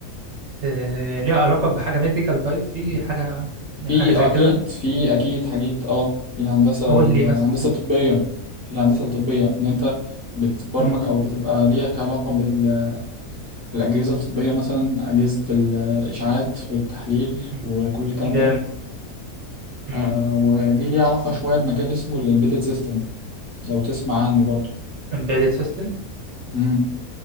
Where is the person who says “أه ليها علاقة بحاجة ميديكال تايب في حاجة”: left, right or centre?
Right